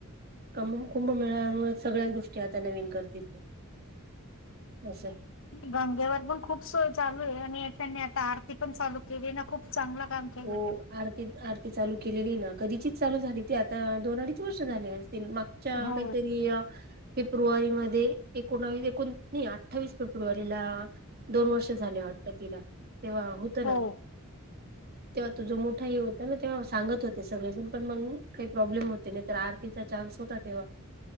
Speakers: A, on the right; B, on the left.
A: कम कुंभमेळ्यामुळे सगळ्याच गोष्टी ते आता नवीन करतील ते असंय.
B: गंगेवर पण खूप सोय चालू ए आणि त्यांनी आता आरती पण चालू केली ना, खूप चांगलं काम केलं
A: हो
B: ते
A: आरती आरती चालू केलेली ना, कधीचीच चालू झाली. ती आता दोन अडीच वर्ष झाले असतील. तीन मागच्या
B: हो
A: काहीतरी अ फेब्रुवारी मध्ये एकोणावीस एकोण अठ्ठावीस फेब्रुवारीला दोन वर्ष झाले होते वाटते. वाट तिला तेव्हा होतं
B: हो
A: ना. तेव्हा तु जो मोठा हे होता ना तेव्हा सांगत होते सगळेजण, पण मग काही प्रॉब्लेम होते नाही तर आर्थिक चान्स होता तेव्हा.